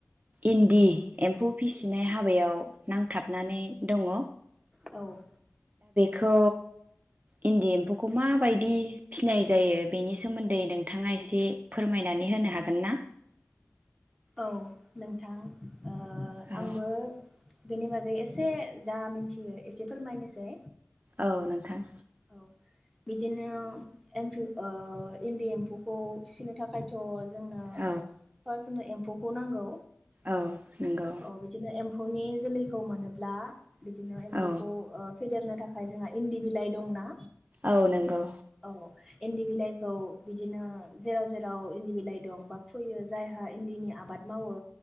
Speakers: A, on the right; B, in the centre.
A: इन्दि एम्फौ फिसिनाय हाबायाव नांथाब हाबनानै दङ
B: औ
A: खौ इन्दि एम्फौखौ माबायदि फिसिनाय जायो बेनि सोमोन्दै नोंथाङा एसे फोरमायनानै होनो हागोन ना
B: औ नोंथां ओ
A: औ
B: आंबो बेनि बागै एसे जा मिथियो एसे फोरमायनोसै
A: औ नोंथां
B: औ बिदिनो एम्फु इन्दि एम्फौखौ फिसिनो थाखायथ' जोंनो
A: औ
B: <unintelligible> एफौखौ नांगौ
A: औ नंगौ
B: औ बिदिनो एम्फौनि जोलैखौ मोनोब्ला बिदिनो एम्फौखौ
A: औ
B: फेदेरनो थाखाय जोंहा इन्दि बिलाइ दंना
A: औ नंगौ
B: औ इन्दि बिलाइखौ बिदिनो जेराव जेराव इन्दि बिलाइ दं बा फैयो जायहा इन्दिनि आबाद मावो